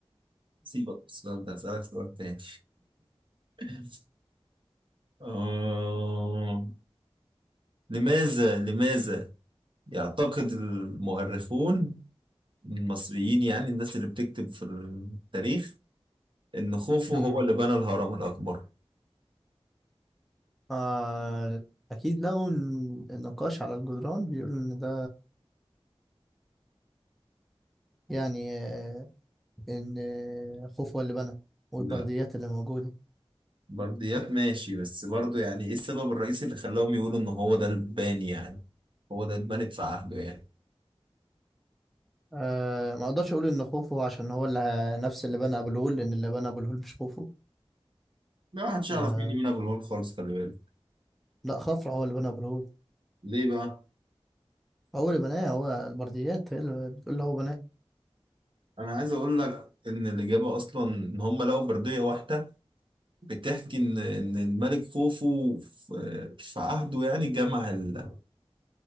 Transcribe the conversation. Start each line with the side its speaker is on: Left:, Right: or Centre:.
Right: سيبك من السؤال ده هسألك سؤال تاني <laughs> آه لماذا لماذا يعتقد المؤرخون المصريين يعني الناس اللي بتكتب في التاريخ إن خوفو
Centre: مم.
Right: هو اللي بنى الهرم الأكبر
Centre: آه اكيد لقوا إن- النقاش على الجدران بيقول ان ده يعني آه ان آه، خوف هو اللي بنى والبرديات
Right: لا
Centre: اللي موجوده
Right: برديات ماشي بس برضه يعني إيه السبب الرئيسي اللي خلاهم يقولوا إن هو ده الباني يعني هو ده اتبنت في عهده يعني
Centre: آه ما اقدرش اقول ان خوفو عشان هو اللي نفس اللي بنى ابو الهول لان اللي بنى ابو الهول مش خوفو
Right: ما حدش يعرف
Centre: آه
Right: مين اللي بنى أبو الهول خالص خلي بالك
Centre: لا خفرع هو اللي بنى ابو الهول
Right: ليه بقى؟
Centre: هو اللي بناه هو البرديات هي اللي بتقول هو بناه
Right: أنا عايز أقول لك إن الإجابة أصلا إن هم لقوا بردية واحدة بتحكي إن إن الملك خوفو في في عهده يعني جمع الأمهر